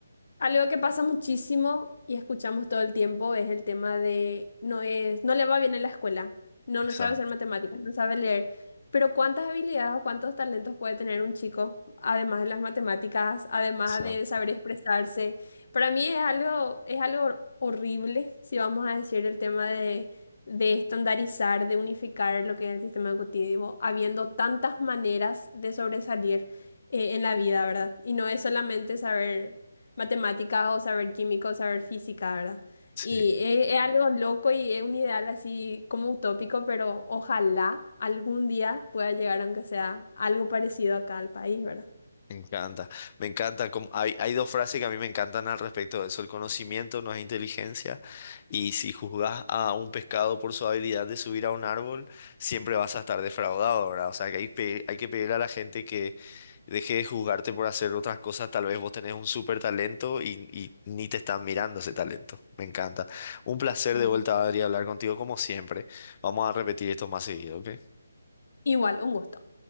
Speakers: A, on the left; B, on the left.
A: Algo que pasa muchísimo y escuchamos todo el tiempo es el tema de no es, no le va bien en la escuela, no,
B: Exacto,
A: no sabe hacer matemáticas, no sabe leer. Pero ¿cuántas habilidades o cuántos talentos puede tener un chico, además de las matemáticas, además
B: exacto.
A: de saber expresarse? Para mí es algo, es algo horrible, si vamos a decir el tema de, de estandarizar, de unificar lo que es el sistema educativo, habiendo tantas maneras de sobresalir eh, en la vida, ¿verdad? Y no es solamente saber matemáticas o saber química o saber física, ¿verdad?
B: Sí.
A: Y es, es algo loco y es un ideal así como utópico, pero ojalá algún día pueda llegar, aunque sea algo parecido acá al país, ¿verdad?
B: Me encanta, me encanta. como- hay, hay dos frases que a mí me encantan al respecto de eso. El conocimiento no es inteligencia y si juzgas a un pescado por su habilidad de subir a un árbol, siempre vas a estar defraudado, ¿verdad? O sea, que hay, pe- hay que pedirle a la gente que deje de juzgarte por hacer otras cosas. Tal vez vos tenés un súper talento y, y ni te están mirando ese talento. Me encanta. Un placer
A: Claro.
B: de vuelta, Adri, hablar contigo como siempre. Vamos a repetir esto más seguido, ¿ok?
A: Igual, un gusto.